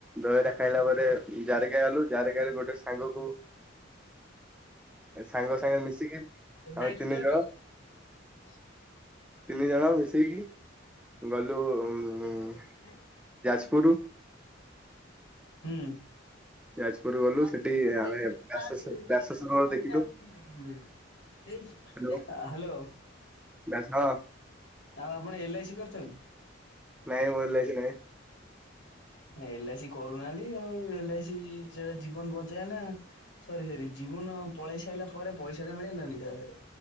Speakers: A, in the centre; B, on the left (about 70°).
A: ଦହିବରା ଖାଇଲା ପରେ ଯାରକା ଗଲୁ ଯାରକା ରେ ଗୋଟେ ସାଙ୍ଗକୁ ଏ ସାଙ୍ଗ ସାଙ୍ଗ ମିଶିକି ଆମେ
B: ଏଲ ଆଇ ସି
A: ତିନି
B: କରିଛ
A: ଜଣ
B: <inaudible>
A: ତିନି ଜଣ ମିଶକି ଗଲୁ। ଉ
B: ଦେ <unintelligible>
A: ଯାଜପୁର
B: ହୁଁ
A: ଯାଜପୁର ଗଲୁ
B: <unintelligible>
A: ସେଠି ଆମେ ବ୍ୟାସ ସରୋବର ଦେଖିଲୁ ହ୍ୟାଲୋ
B: ହାଲୋ
A: ବ୍ୟାସ ହଁ
B: ଆପଣ ଏଲ୍ଆଇସି କରିଛନ୍ତି?
A: ନାଇଁ ମୋର କିଛି ନାଇଁ
B: ଏଲ୍ଆଇସି କରୁନାହାନ୍ତି ଆଉ ଏଲ୍ଆଇସି -ଇ ସେଟା ଜୀବନ ବଞ୍ଚାଏ ନା ସରି ସରି ଜୀବନ ପଳେଇ ସାଇଲା ପରେ ପଇସାଟା ମିଳେ ନା ତା ଧେରେ